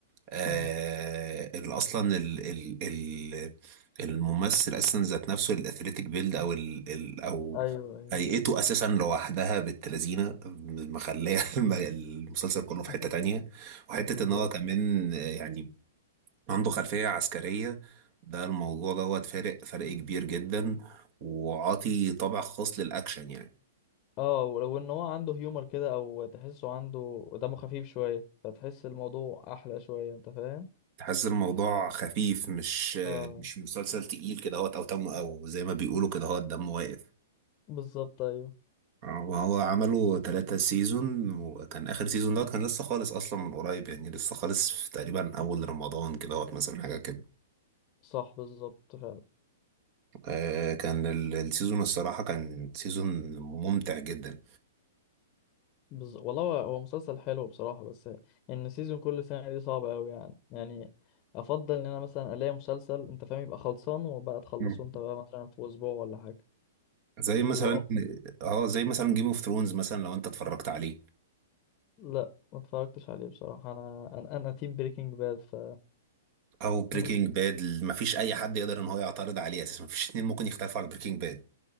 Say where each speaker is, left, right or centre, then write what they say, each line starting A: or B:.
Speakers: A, on the right; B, on the left.
A: آه
B: مم.
A: ال- اصلا ال ال ال الممثل اساسا ذات نفسه الاثليتيك بيلد او ال ال او
B: ايوه ايوه
A: هيئته اساسا لوحدها بالتلازينه مخليه <laughs> الم- المسلسل كله في
B: <laughs>
A: حته تانية وحته
B: بالظبط
A: ان هو كمان آه، يعني عنده خلفيه عسكريه ده الموضوع دوت فارق فرق كبير جدا وعاطي طابع خاص للاكشن يعني
B: اه و- وان هو عنده هيومر كده او تحسه عنده دمه خفيف شوية فتحس الموضوع احلى شوية انت فاهم
A: تحس الموضوع خفيف مش آه،
B: آه.
A: مش مسلسل تقيل كده هوت او تم او زي ما بيقولوا كده هوت دم واقف
B: بالظبط ايوه
A: آه، وهو عملوا ثلاثة سيزون وكان آخر سيزون دوت كان لسه خالص أصلا من قريب يعني لسه خالص في تقريبا أول رمضان كده وقت مثلا حاجة كده
B: صح بالظبط فعلا
A: آه كان ال- السيزون الصراحة كان سيزون ممتع جدا
B: بز... والله هو هو مسلسل حلو بصراحة بس ان سيزون كل سنة دي صعبة قوي يعني يعني افضل ان انا مثلا الاقي مسلسل انت فاهم يبقى خلصان وبقى تخلصه
A: مم.
B: انت بقى مثلا في اسبوع ولا حاجة
A: زي مثلا
B: بيبقى أفضل.
A: اه زي مثلا جيم اوف ثرونز مثلا لو انت اتفرجت عليه
B: لا ما اتفرجتش عليه بصراحة انا انا, أنا تيم بريكنج باد ف
A: او بريكنج
B: <laughs>
A: باد مفيش اي حد يقدر ان هو يعترض عليه اساسا مفيش اتنين ممكن يختلفوا على بريكنج باد